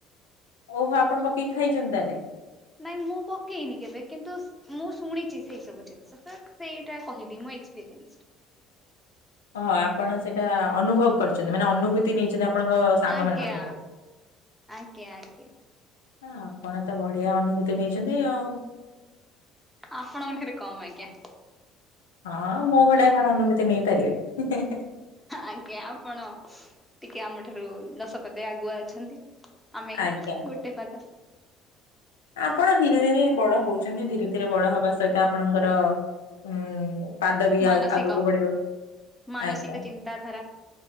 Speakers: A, on the left (about 75°); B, in the centre.
A: ଓହୋ ଆପଣ ପକେଇକି ଖାଇଚନ୍ତି ତାହେଲେ।
B: ନାଇଁ ମୁଁ ପକେଇନି କେବେ କିନ୍ତୁ ମୁଁ ଶୁଣିଚି ସେଇ ସବୁ ଜିନିଷ ସେଇଟା କହିଲି ମୋ ଏକ୍ସପିରିଏନ୍ସ ରୁ।
A: ଓହ ଆପଣ ସେଇଟା ଅନୁଭବ କରିଚନ୍ତି ମାନେ ଅନୁଭୂତି ନେଇଛନ୍ତି ଆପଣଙ୍କ ସାଙ୍ଗମାନଙ୍କ
B: ଆଜ୍ଞା
A: ଠାରୁ
B: ଆଜ୍ଞା ଆଜ୍ଞା।
A: ହ ଆପଣ ତ ବଢିଆ ଅନୁଭୂତି ନେଇଚନ୍ତି ଆଉ।
B: ଆପଣଙ୍କ ଠାରୁ କମ୍ ଆଜ୍ଞା।
A: ହଁ ମୋ ଭଳିଆ କଣ ଅନୁଭୂତି ନେଇ ପାରିବେ।
B: ଆଜ୍ଞା ଆପଣ ଟିକେ ଆମ ଠାରୁ ଦଶ ପାଦେ ଆଗୁଆ ଅଛନ୍ତି। ଆମେ
A: ଆଜ୍ଞା।
B: ଗୋଟେ ପାଦ।
A: ଆପଣ ଧୀରେ ଧୀରେ ବଡ ହଉଚନ୍ତି ଧୀରେ ଧୀରେ ବଡ ହବା ସହିତ ଆପଣଙ୍କର ଉଁ ପାଦ ବି
B: ମାନସିକ
A: ଆଗ ଆଗକୁ ବଢିବ
B: ମାନସିକ
A: ଆଜ୍ଞା।
B: ଚିନ୍ତାଧାରା